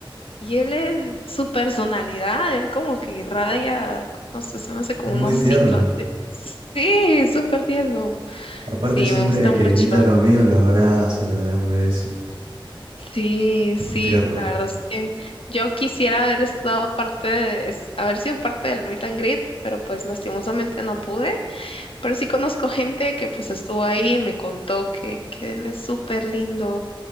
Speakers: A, on the left; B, on the right.
A: Y él, él, su personalidad, él como que irradia, no sé, se me hace como
B: Es muy
A: un osito.
B: tierno.
A: así. Sí, súper tierno.
B: Aparte,
A: Sí,
B: siempre
A: me gusta
B: que
A: mucho.
B: invita a los amigos, los abraza, los da un beso.
A: Sí, sí,
B: Muy tierno.
A: la verdad es que yo quisiera haber estado parte de, es- haber sido parte del Meet and Greet, pero pues lastimosamente no pude. Pero sí conozco gente que pues estuvo ahí y me contó que, que él es súper lindo.